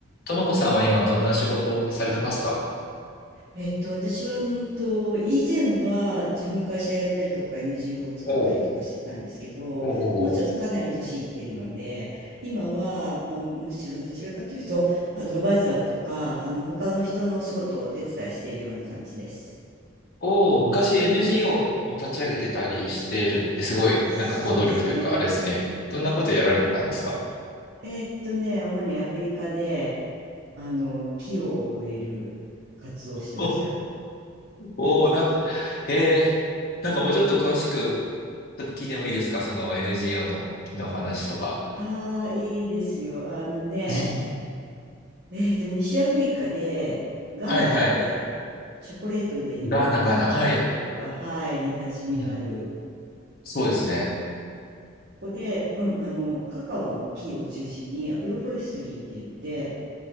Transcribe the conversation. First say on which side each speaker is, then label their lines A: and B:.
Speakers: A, on the left; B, on the right.
A: ともこさんは今どんな仕事をされてますか
B: えっと、私は、うんと、以前は自分の会社やったりとか NGO を作ったりとかしてたんですけど、
A: おう、おうおうおう、
B: もうちょっとかなり年いってるので、今は、まあ、むしろどちらかというと、アドバイザーとか、あの、他の人のお仕事をお手伝いしているような感じです。
A: おう、昔 NGO
B: うん。
A: を立ち上げてたりしてるってすごい、
B: そうですね。
A: なんか行動力というか、あれですね。どんなことやられてたんですか
B: えっとね、主にアフリカで、あの、木を植える活動をしてました。
A: お、おう、なんか、へえ、なんかもうちょっと詳しく聞いてもいいですかその NGO の木の話とか。
B: ああ、いいですよ。あのね、
A: <laughs>
B: えっと、西アフリカで、ガーナって、
A: はいはい。
B: チョコレートで日本人にとっては、
A: ガーナ、ガーナ、はい。
B: はい、に馴染みのある。
A: うん、そうですね。
B: ここで、うん、あの、カカオの木を中心に、アグロフォレストリーって言って、